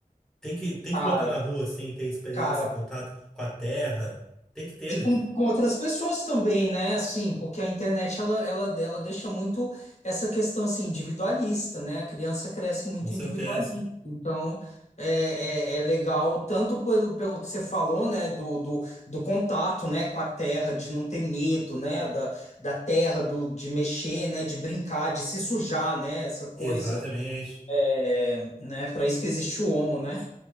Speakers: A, in the centre; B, on the left (about 50°).
A: tem que, tem
B: Cara,
A: que botar na rua, assim, ter experiência,
B: cara,
A: contato com a terra, tem que ter,
B: E
A: né,
B: com,
A: cara?
B: com outras pessoas também, né? Assim, porque a internet ela, ela, ela deixa muito essa questão assim, individualista, né? A criança cresce muito
A: Com certeza.
B: individualista. Então, é, é, é legal tanto pelo, pelo que você falou, né? Do, do, do contato, né? Com a terra, de não ter medo, né? Da, da terra, do, de mexer, né? De brincar, de se sujar, né? Essa coisa,
A: Exatamente.
B: é, né? Para isso que existe o homo, né?